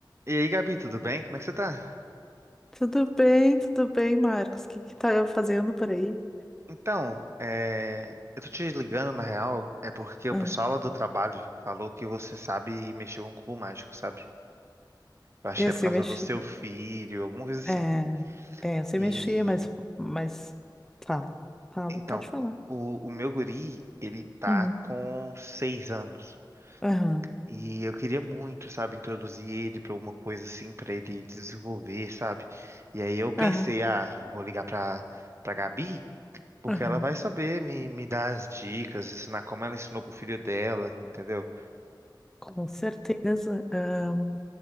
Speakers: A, on the right; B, in the centre.
A: E aí, Gabi, tudo bem? Como é que você tá?
B: Tudo bem, tudo bem, Marcos. O que que tá fazendo por aí?
A: Então, é, eu tô te ligando na real, é porque o
B: Ah,
A: pessoal lá do trabalho falou que você sabe mexer com cubo mágico, sabe? Eu acho
B: eu
A: que é
B: sei
A: por causa
B: mexer.
A: do seu filho, alguma coisa assim.
B: É, é, eu sei
A: E
B: mexer, mas, mas fala, fala,
A: então,
B: pode falar.
A: o, o meu guri, ele tá
B: Uhum,
A: com seis anos.
B: aham,
A: E eu queria muito, sabe, introduzir ele pra alguma coisa assim, pra ele desenvolver, sabe? E aí eu pensei,
B: aham,
A: ah, eu vou ligar pra, pra Gabi Porque
B: aham.
A: ela vai saber me, me dar as dicas, ensinar como ela ensinou pro filho dela, entendeu?
B: Com certeza. Ahn,